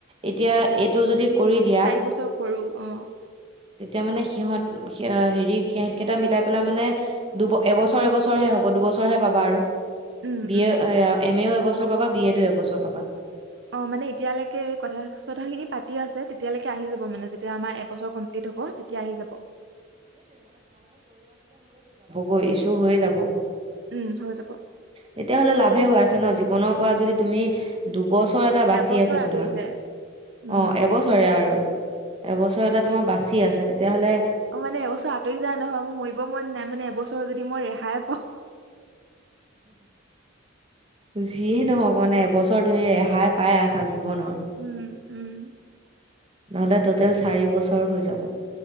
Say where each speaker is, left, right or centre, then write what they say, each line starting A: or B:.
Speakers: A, on the right; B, on the right.
A: এতিয়া এই তো যদি কৰি দিয়া
B: চাৰি বছৰ কৰো অ',
A: তেতিয়া মানে সিহঁত স হেৰি সিহঁতকেইটা মিলাই পেলাই মানে দুব এবছৰ, এবছৰ হে হ'ব দুবছৰ হে পাবা আৰু
B: উম,
A: B
B: um.
A: A, M A এবছৰ পাবা বিএডো এবছৰ পাবা
B: অ' মানে এতিয়ালৈকে এই কথা চথাখিনি পাতি আছে, তেতিয়া লৈকে আহি যাব মানে, যেতিয়া আমাৰ এবছৰ কমপ্লেট হ'ব, তেতিয়া আহি যাব।
A: গৈ ইছ্যু হৈয়ে যাব।
B: উম হৈ যাব
A: তেতিয়া হ'লে লাভে হোৱা জান জীৱনৰ পৰা যদি তুমি দুবছৰ বছৰ এটা বাচি
B: এবছৰ
A: আছে
B: আঁতৰি
A: তোমাৰ
B: যায় উম
A: অ' এবছৰে আৰু এবছৰ এটা তোমাৰ বাছি আছে তেতিয়া হ'লে
B: অ' মানে এবছৰ আঁতৰি যায় নহয়, মোৰ মৰিব মন নাই মানে এবছৰৰ যদি মই ৰেহাই পাওঁ
A: যিয়ে নহওক মানে এবছৰ তুমি ৰেহাই পাই আছা জীৱনত
B: উম-উম।
A: নহ'লে ট'টেল চাৰি বছৰ হৈ যাব।